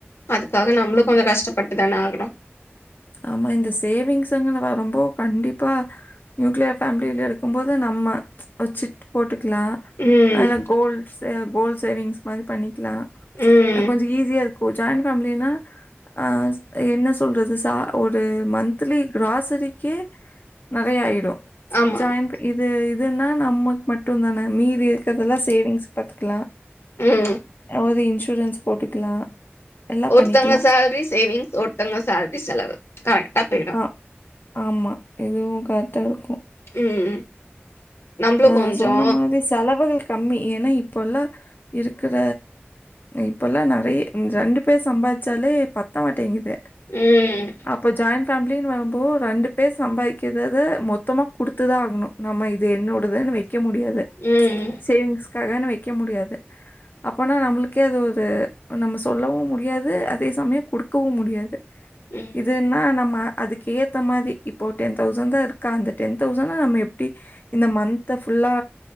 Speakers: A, on the left; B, on the left.
A: அதுக்காக நம்ளு
B: ஆமா.
A: கொஞ்ச கஷ்டப்பட்டு தான ஆகுணு
B: ஆமா இந்த சேவிங்ஸ்ங்கனு வரம்போ கண்டிப்பா நியூக்ளியர் ஃபேம்லியில இருக்கும்போது நம்ம ஒர் சிட் போட்டுக்லா
A: ம்
B: அல கோல் சே கோல் சேவிங்ஸ் மாரி பண்ணிக்லா
A: ம்
B: அ கொஞ்ச ஈஸியா இருக்கு ஜாயிண்ட் ஃபேமிலினா அ என்ன சொல்றது சா ஒரு மந்த்லி கிராசரிக்கே நறைய ஆய்டு
A: ஆமா
B: ஜாயின் இது இதுனா நம்மக் மட்டு தானே மீதி இர்க்கிறதலா சேவிங்ஸ் பாத்துக்கிலா
A: ம்
B: ஒரு இன்சூரன்ஸ் போட்டுக்கிலா எல்லா
A: ஒருத்தவங்க
B: பண்ணிக்கிலா
A: சேல்ரி சேவிங்ஸ் ஒட் ஒர்த்தவுங்க சேல்ரி செலவு கரெக்டா பேய்டு
B: ஆ. ஆமா இதுவு கரெடா இருக்கு
A: ம் ம் நம்மளு
B: அ
A: கொஞ்சோ
B: சொன்ன மாதி செலவுகள் கம்மி ஏனா இப்பலா இருக்கிற இப்பலா நறைய ரெண்டு பேர் சம்பார்ச்சாலே பத்த மாட்டேங்குது
A: ம்
B: அப்போ ஜாயிண்ட் ஃபேமிலின் வரும்போ ரெண்டு பேர் சம்பாதிக்கிறத மொத்தமா குடுத்து தா ஆகுணு நம்ம இது என்னோட் இப்பதான வெக்க முடியாது
A: ம்
B: சேவிங்ஸ்க்காகனு வெக்க முடியாது அப்பனா நம்மளுக்கே அது ஒரு நம்ம சொல்லவு முடியாது அதே சமயோ குடுக்கவு முடியாது
A: ம்
B: இதுன்னா நம்ம அதுக்கேத்த மாதி இப்போ டென் தௌசண்ட் தா இருக் காந்து டென் தௌசண்ணா நம்ம எப்டி இந்த மந்த் ஃபுல்லா